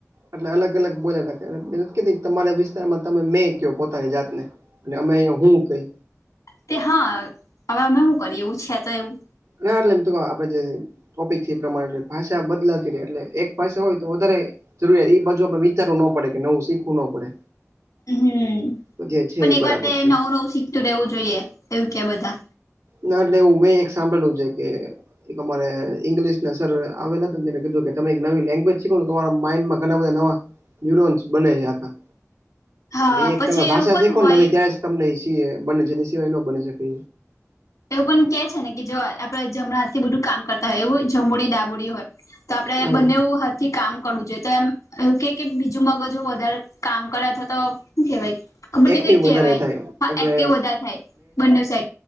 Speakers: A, on the right; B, on the left.
A: એટલે અલગ અલગ બોલાલા તમારા વિસ્તારમાં તમે મેં કો પોતાની જાતને. અને અમે હું કઈ.
B: તે હા હવે અમે શું કરીએ એવું છે તો એવું
A: ના એટલે કે આપ જે ટોપિક છે, એ પ્રમાણેટલે ભાષા બદલાતી ર એટલે એક ભાષા હોય તો વધારે જરૂરત એ બાજુ આપે વિચારવું ન પડે કે, નવું શીખવું ન પડે.
B: હમ
A: તો જે છે
B: પણ
A: એ
B: એક
A: બરાબર
B: વારત
A: છે.
B: નવું નવું શીખતું રહેવું જોઈએ એવું કે બધા
A: ના એટલે હું મેં એક સાંભળલું છે કે એક અમારે ઈંગ્લિશને સર આવેલાને કીધું કે તમે એક નવી લેંગ્વેજ શીખો તમારા માઈન્ડમા ઘણા બધા નવા નયુરોન્સ બને છે આખા
B: હા
A: અને એક
B: પછી
A: તમે ભાષા
B: એવું પણ
A: શીખો
B: હોય
A: ને નવે ત્યારેં જ તમને બને છે સિવાય ન બની શકે.
B: એવું પણ કે છે ને કે જો આપડે જમણા હા થી બધું કામ કરતા હોય, એવું જમોડી ડાબોડી હોય. તો આપડણે
A: હા
B: બંનેવું હાથે કામ કરવું જોઈએ, તો એમ એવું કે કે બીજું મગજ વધારે કામ કરે, અથવા તો શું કેવાય? બંને
A: એક્ટિવ
B: કઈક કહેવાય
A: વધારે થાય
B: હ
A: એટલે
B: એક્ટિવ વધા થાય બંને સા